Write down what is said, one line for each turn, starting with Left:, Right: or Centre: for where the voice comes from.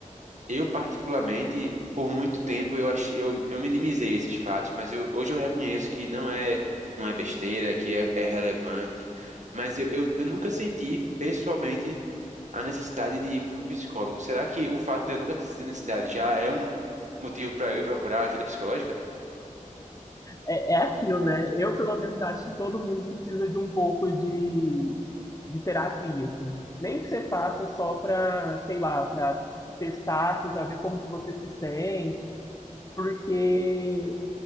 Right: Eu, particularmente, por muito tempo eu achei, eu, eu minimizei esses fatos, mas eu, hoje eu reconheço que não é, não é besteira, que é, é relevante, mas eu, eu, eu nunca senti, pessoalmente, a necessidade de ir para um psicólogo. Será que o fato de eu nunca ter sentido necessidade já é um motivo para eu procurar ajuda psicológica?
Left: É, é aquilo, né? Eu, pelo menos, acho que todo mundo precisa de um pouco de, de terapia, assim. Nem que você faça só para, sei lá, para testar, assim, para ver como que você se sente, porque